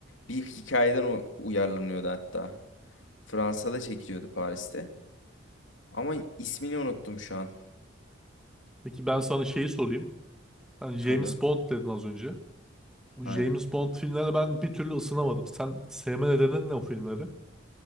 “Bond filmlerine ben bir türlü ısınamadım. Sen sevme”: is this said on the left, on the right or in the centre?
Centre